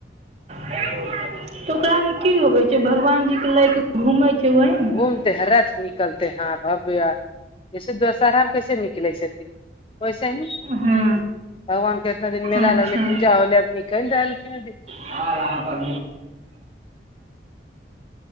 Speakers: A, on the right; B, on the left.
A: तऽ ओकरा मे की होबे छै भगवान जी के लै घुमै छै ओहमे
B: घूमते रथ निकलते हां भव्य जैसे दोशहराामे कैसे निकलै छथिन वैसे ही
A: हँ
B: भगवान के इतना दिन मेला
A: अच्छा
B: लगलै पूजा होलै अब निकलि रहल दिन
A: आरहाँ पर